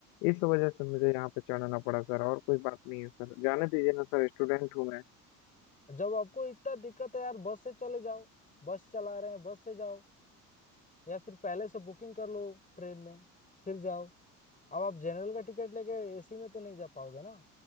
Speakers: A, on the left; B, on the left.
A: इस वजह से मुझे यहाँ पे चढ़ना पड़ा सर और कोई बात नहीं है सर जाने दीजिए ना सर स्टूडेंट हूँ मैं
B: जब आपको इतना दिक्कत है यार बस से चले जाओ बस चला रहे हैं बस से जाओ या फिर पहले से बुकिंग कर लो ट्रेन में फिर जाओ अब आप जनरल का टिकट लेके एसी में तो नहीं जा पाओगे ना